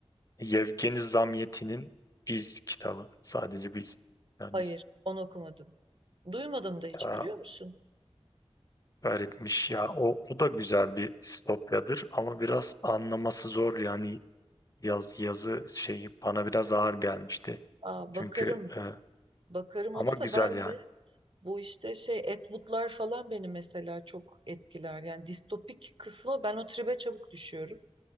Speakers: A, on the left; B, on the right.
A: Yevgeni Zamyatin'in İz kitabı. Sadece biz. Yani
B: Hayır,
A: biz
B: onu okumadım. Duymadım da hiç
A: ya,
B: biliyor musun?
A: öğretmiş ya. O, o da güzel bir distopyadır ama biraz anlaması zor yani yaz, yazı şeyi bana biraz ağır gelmişti.
B: Aa,
A: Çünkü
B: bakarım,
A: e,
B: bakarım
A: ama
B: ona
A: güzel
B: da ben
A: yani.
B: de bu işte şey Atwood'lar falan beni mesela çok etkiler. Yani distopik kısmı ben o tribe çabuk düşüyorum.